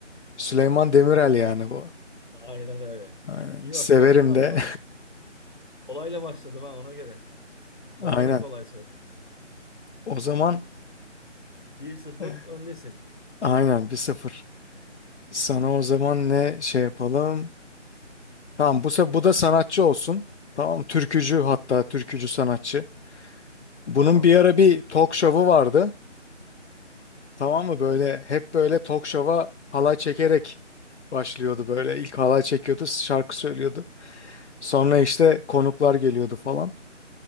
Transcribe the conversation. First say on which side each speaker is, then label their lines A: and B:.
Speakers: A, on the left; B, on the left.
A: Süleyman Demirel yani bu.
B: Aynen öyle.
A: Aynen.
B: İyi
A: Severim
B: bak. ko- Hadi
A: de.
B: bak. Kolayla başladım ha ona göre. Bana
A: <laughs> Aynen.
B: da kolay sor.
A: O zaman
B: Bir sıfır,
A: eh,
B: öndesin.
A: aynen bir sıfır Sana o zaman ne şey yapalım? Tamam bu, se- bu da sanatçı olsun. Tamam türkücü
B: Tamam.
A: hatta türkücü sanatçı. Bunun
B: Tamam.
A: bir ara bir talk show'u vardı. Tamam mı böyle hep böyle talk show'a halay çekerek başlıyordu böyle. İlk halay çekiyordu şarkı söylüyordu. Sonra işte konuklar geliyordu falan.